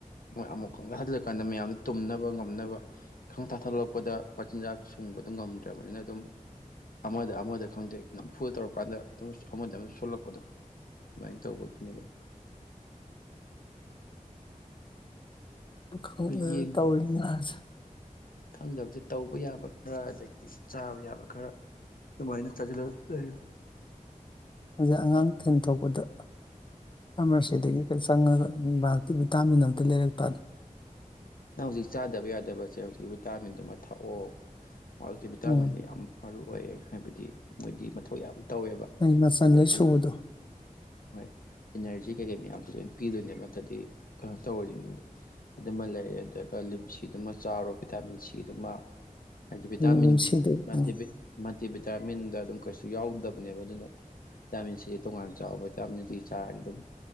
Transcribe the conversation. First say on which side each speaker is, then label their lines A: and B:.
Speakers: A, on the left (about 85°); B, on the left (about 35°).
A: ꯃꯣꯏ ꯑꯃꯨꯛ ꯀꯪꯇꯥꯥ ꯊꯥꯖꯤꯜꯂꯀꯥꯟꯗ ꯃꯌꯥꯝꯗ ꯇꯨꯝꯅꯕ ꯉꯝꯅꯕ ꯀꯥꯡꯪꯇꯥꯥꯗꯠꯂꯛꯄꯗ ꯃꯆꯤꯟꯖꯥꯛ ꯁꯨꯡꯕꯗ ꯉꯝꯗ꯭ꯔꯕꯅꯤꯅ ꯑꯗꯨꯝ ꯑꯃꯗ ꯑꯃꯗ ꯈꯪꯗꯦ ꯅꯝꯐꯨꯗ ꯇꯧꯔꯀꯥꯟꯗ ꯑꯗꯨꯝ ꯑꯃꯗ ꯑꯃꯗ ꯁꯣꯜꯂꯛꯄꯗꯣ ꯑꯗꯨꯃꯥꯏꯅ ꯇꯧꯕꯒꯤꯅꯦꯕ
B: ꯈꯪꯦ
A: ꯍꯣꯏ ꯌꯦꯡ
B: ꯇꯧꯅꯁꯦ
A: ꯈꯪꯗꯕꯗꯤ ꯇꯧꯕ ꯌꯥꯕ ꯈꯔ ꯑꯗꯒꯤꯩꯗꯤ ꯆꯥꯕ ꯌꯥꯕ ꯈꯔ ꯑꯗꯨꯃꯥꯏꯅ ꯂꯩꯔ
B: ꯍꯧꯖꯤꯛ ꯑꯉꯥꯡ ꯊꯦꯟ ꯊꯣꯛꯣꯛꯄꯗ ꯑꯃꯔ ꯁꯤꯗꯒꯤ ꯍ ꯆꯪꯉꯒ ꯚꯇꯤ ꯚꯤꯇꯥꯥꯃꯤꯟ ꯑꯝꯇ ꯂꯩꯔꯛꯄꯅꯤ
A: ꯅꯪ ꯍꯧꯖꯤꯛ ꯆꯥꯗꯕ ꯌꯥꯗꯕꯁꯦ ꯍꯧꯖꯤꯛ ꯚꯤꯇꯥꯃꯤꯟꯗꯨꯃ ꯊꯛꯑꯣ ꯃꯥꯜꯗꯤ ꯚꯤꯇꯥꯃꯤꯟꯅꯤ
B: ꯎꯝ
A: ꯌꯥꯝ ꯃꯔꯨ ꯑꯣꯏꯌꯦ ꯍꯥꯏꯕꯗꯤ ꯃꯣꯏꯗꯤ ꯃꯊꯧ ꯌꯥꯝ ꯇꯧꯋꯦꯕ
B: ꯍ ꯃꯆꯥꯥꯟꯂ
A: ꯑꯗꯒꯤ
B: ꯁꯕꯗꯣ
A: ꯍꯣꯏ ꯏꯅꯔꯖꯤ ꯀꯩꯀꯩ ꯃꯌꯥꯝꯁꯨ ꯂꯣꯏꯅ ꯄꯤꯗꯣꯏꯅꯦꯕ ꯅꯠꯇ꯭ꯔꯗꯤ ꯀꯩꯅꯣ ꯇꯧꯔꯅꯤꯡꯕ ꯑꯗꯨꯃ ꯂꯩ ꯑꯗꯨꯒ ꯂꯤꯝꯁꯤꯗꯨꯃ ꯆꯥꯔꯣ ꯚꯤꯇꯥꯃꯤꯟ ꯁꯤꯗꯨꯃ ꯍꯥꯏꯗꯤ ꯕꯤꯇꯥꯤꯟ
B: ꯅꯤꯝꯁꯤꯗ ꯎꯝ
A: ꯇꯤ ꯚꯕꯤꯇꯥꯃꯤꯟꯗ ꯑꯗꯨꯝ ꯀꯩꯁꯨ ꯌꯥꯎꯗꯕꯅꯦꯕ ꯑꯗꯨꯅ ꯚꯇꯥꯃꯤꯟꯁꯤꯗꯤ ꯇꯣꯉꯥꯟ ꯆꯥꯎꯕ ꯆꯃꯤꯗꯤ ꯆꯥꯔ ꯑꯗꯨꯝ